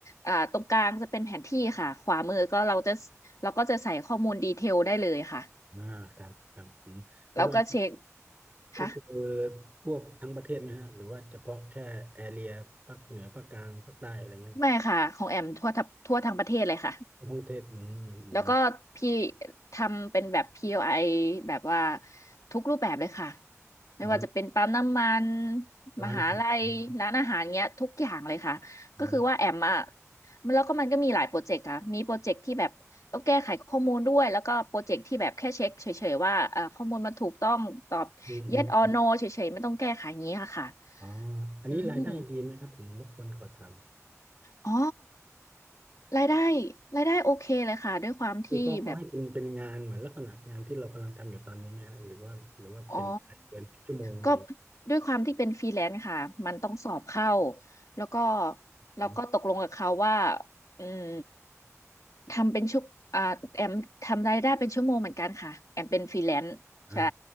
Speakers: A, on the left; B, on the right.
A: อ่าตรงกลางจะเป็นแผนที่ค่ะขวามือก็เราจะเราก็จะใส่ข้อมูลดีเทลได้เลยค่ะ
B: อ่าครับครับอืมแล้วอันนี้
A: แล้วก็เช็คค่ะ
B: ก็คือพวกทั้งประเทศไหมฮะหรือว่าเฉพาะแค่แอเรียภาคเหนือภาคกลางภาคใต้อะไรเงี้ย
A: ไม่ค่ะของแอมทั่วทัทั่วทั้งประเทศเลยค่ะ
B: ท้องเทศอืมอืม
A: แล้วก็พี่ทำเป็นแบบ POI แบบว่าทุกรูปแบบเลยค่ะไม่ว่าจะเป็นปั๊มน้ำมัน
B: อ๋อร้านอาหาร
A: มหาลัยร้านอาหารเงี้ยทุกอย่างเลยค่ะก็คือว่าแอมอ่ะ
B: อืม
A: มันแล้วก็มันก็มีหลายโปรเจกต์ค่ะมีโปรเจกต์ที่แบบต้องแก้ไขข้อมูลด้วยแล้วก็โปรเจกต์ที่แบบแค่เช็คเฉยๆว่าเอ่อข้อมูลมันถูกต้องตอบ
B: อืมอืม
A: yes or no เฉยๆไม่ต้องแก้ไขอย่างนี้ค่ะค่ะ
B: อ๋ออันนี้รายได้ดีไหมครับผมรบกวนขอถาม
A: อืม อ๋อรายได้รายได้โอเคเลยค่ะด้วยความที่แบบ
B: นี่เขาเขาให้เป็นเป็นงานเหมือนลักษณะงานที่เรากำลังทำอยู่ตอนนี้ไหมฮะหรือว่าหรือว่าเป็นเป็นชั่วโมงหรือย่างงี้
A: อ๋อก็ด้วยความที่เป็นฟรีแลนซ์ค่ะมันต้องสอบเข้าแล้วก็เราก็ตกลงกับเขาว่า
B: อืม
A: อืมทำเป็นชุกอ่าแอมทำรายได้เป็นชั่วโมงเหมือนกันค่ะแอมเป็นฟรีแลนซ์ใช่
B: อ่า